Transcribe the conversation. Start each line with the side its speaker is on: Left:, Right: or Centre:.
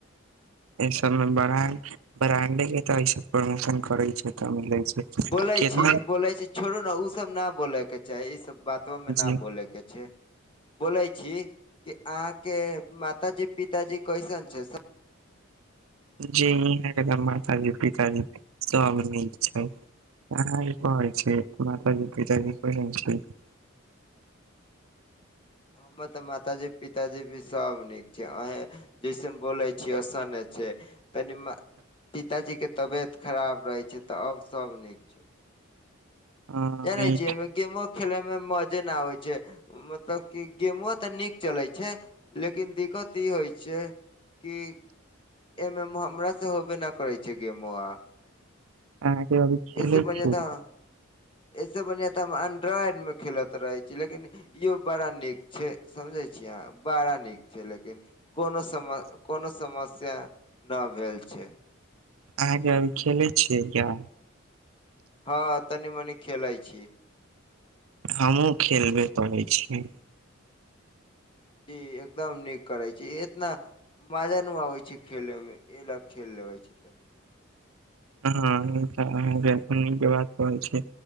Right: एहि सब मे ब्रांड- ब्रांडे के त सब प्रमोशन करे छै तऽ मिलेै छै।
Left: बोलेै
Right: केतना
Left: छी, बोलेै छी, छोड़ू ने, उ सब ना बोलेैके चाही, इ सब बातों में न
Right: जे
Left: बोले के छैय। बोलेै छी कि आहाँ के मातााजी- पिताजी कैसन छैय से
Right: जी इहाँ मातााजी -पिताजी सब नीक छैथ। अहाँ के कोहोय छै, माताजी पिताजी केहन छैथ?
Left: हमर तऽ मातााजी -पिताजी भी सब नीक छै, अहे जैसन बोलय छियै ओसाने छै तनी। पिताजी के तबेत खराब रहे छै तऽ अब -सब नीक छै।
Right: अहाँ
Left: जानै छियै। गेमो खेले में मजे न आबे छै मतलब की गेमो तऽ नीक चलेै छै। लेकिन दिक्कत इ होय छै कि। एमे म हमरा से होबे न करै छै गे मो आ।
Right: अहँ कै अभी। खेलै
Left: ऐसे बढ़िआँ
Right: छी
Left: त ऐसे बढ़िआँ तऽ हम एंड्रॉइडमे खेलैत रहै छी लेकिन। इहो बड़ा नीक छै समझे छीय हम बड़ा नि। नीक छै लेकिन, कोनो सम कोनो समस्या न भेल छै।
Right: अहाँके अभी खेले छियै या।
Left: हँ तनी मनी खेलइ छी।
Right: हमहहुँ खेलबे करै छियै।
Left: जी एकदम नीक करै छी एतना। मजा नु आबै छै खेले मे ए ल खेल लेबे छै तनि मनि।
Right: हँ हॅ बात कहै छी।